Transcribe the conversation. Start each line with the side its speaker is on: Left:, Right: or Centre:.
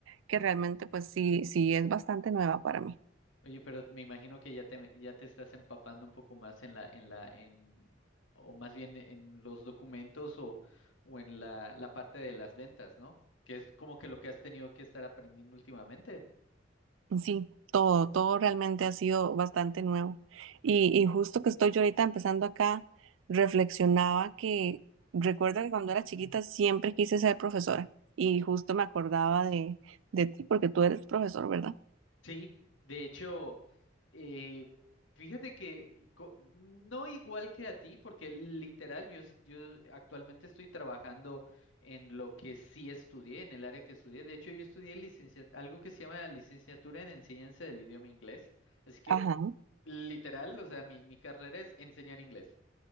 Right: que realmente pues sí, sí es bastante nueva para mí.
Left: Oye, pero me imagino que ya te, me- ya te estás empapando un poco más en la, en la, en, o más bien en los documentos o, o en la, la parte de las ventas, ¿no? Que es como que lo que has tenido que estar aprendiendo últimamente.
Right: Sí, todo, todo realmente ha sido bastante nuevo. Y, y justo que estoy yo ahorita empezando acá, reflexionaba que recuerdo que cuando era chiquita siempre quise ser profesora y justo me acordaba de, de ti porque tú eres profesor, ¿verdad?
Left: Sí, de hecho, eh, fíjate que co- no igual que a ti, porque literal yo, es- yo actualmente estoy trabajando en lo que sí estudié, en el área que estudié. De hecho, yo estudié licencia- algo que se llama licenciatura en enseñanza del idioma inglés. Así que
Right: Ajá,
Left: literal, o sea, mi, mi carrera es enseñar inglés.